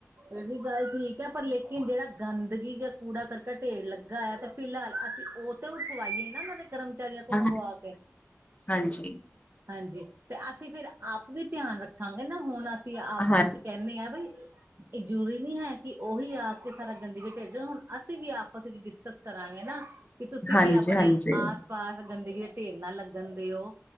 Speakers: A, on the right; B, on the left.
A: ਏਵੀ ਗੱਲ ਠੀਕ ਐ ਪਰ ਲੇਕਿਨ ਜੇੜਾ ਗੰਦਗੀ ਜਾਂ ਕੂੜਾ ਕਰਕਟ ਢੇਰ ਲੱਗਾ ਆ ਤੇ ਫਿਲਹਾਲ ਅਸੀਂ ਓ ਤੇ ਉਠਵਾਈਏ ਨਾ ਓਨਾਂ ਦੇ ਕਰਮਚਾਰੀਆਂ ਕੋ ਮੰਗਵਾ
B: ਨਾ।
A: ਕੇ।
B: ਹਾਂਜੀ
A: ਹਾਂਜੀ ਤੇ ਅਸੀਂ ਫੇਰ ਆਪ ਵੀ ਧਿਆਨ ਰੱਖਾਂਗੇ ਨਾ ਹੁਣ ਅਸੀਂ ਆਪਸ
B: ਹਾਂ
A: ਚ ਕੇਨੇ ਆ ਬਈ ਏ ਜ਼ਰੂਰੀ ਨੀ ਹੈ ਕਿ ਉਹੀ ਆ ਕੇ ਸਾਰਾ ਗੰਦਗੀ ਢਿੱਡ ਜਾਣ ਹੁਣ ਅਸੀਂ ਵੀ ਆਪਸ ਵਿੱਚ ਕਰਾਂਗੇ ਨਾ ਕਿ ਤੁਸੀਂ
B: ਹਾਂਜੀ
A: ਵੀ ਆਪਣੇ
B: ਹਾਂਜੀ
A: ਆਸ ਪਾਸ ਗੰਦੇਗੀ ਢੇਰ ਨਾ ਲੱਗਣ ਦੇਓ